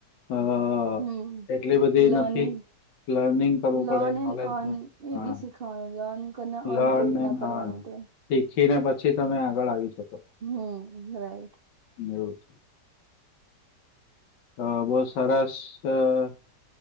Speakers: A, on the left (about 80°); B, on the right (about 70°).
A: આ
B: હમ.
A: એટલી બધી
B: લર્નિંગ
A: નથી. લર્નિંગ કરવું
B: લર્ન
A: પડે નોલેજ
B: એન્ડ અર્ન
A: ને
B: એ
A: હા.
B: બી શીખવાનું લર્ન અને અર્ન
A: લન
B: કેવી રીતના
A: ને હ
B: કરવાનું તે.
A: શીખીને પછી તમે આગળ આવી શક
B: હા રાઈટ.
A: એવું છે. અ બો સરસ અહહ